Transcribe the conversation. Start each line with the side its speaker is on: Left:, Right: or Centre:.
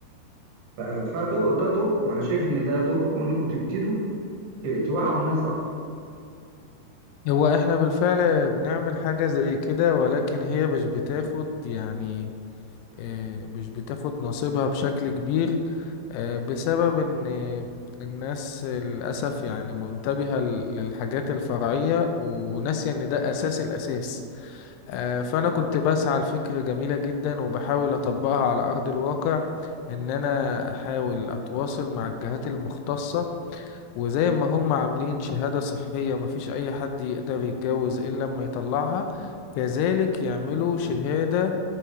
Right: ف- فده ده دوركم انا شايف ان ده دوركم انكم تبتدوا ت- توعوا الناس اكتر
Left: هو إحنا بالفعل بنعمل حاجة زي كده ولكن هي مش بتاخد يعني آه، مش بتاخد نصيبها بشكل كبير آه، بسبب ان الناس للأسف يعني منتبهة ل- للحاجات الفرعية وناسية ان ده أساس الأساس آه، فأنا كنت بسعى لفكرة جميلة جدا وبحاول أطبقها على أرض الواقع ان انا احاول اتواصل مع الجهات المختصة وزي ما هم عاملين شهادة صحية مفيش اي حد يقدر يتجوز الا لما يطلعها كذلك يعملوا شهادة